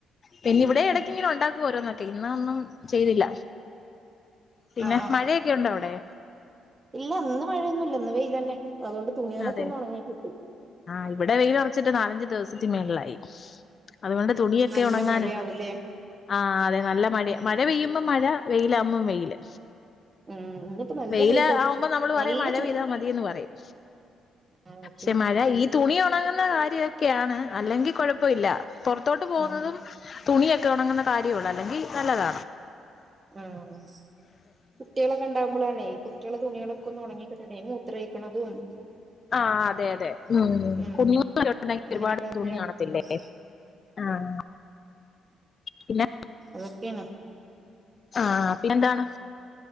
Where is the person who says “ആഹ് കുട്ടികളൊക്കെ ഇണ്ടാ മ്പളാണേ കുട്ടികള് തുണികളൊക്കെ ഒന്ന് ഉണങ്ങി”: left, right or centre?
Right